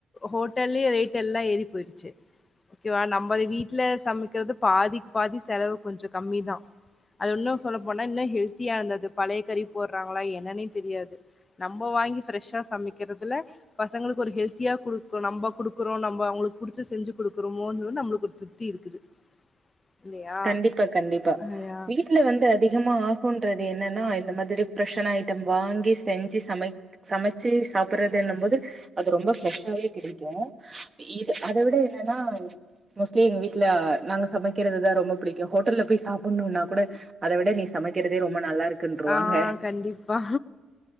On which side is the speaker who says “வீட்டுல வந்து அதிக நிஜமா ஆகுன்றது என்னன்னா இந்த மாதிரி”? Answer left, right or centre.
Right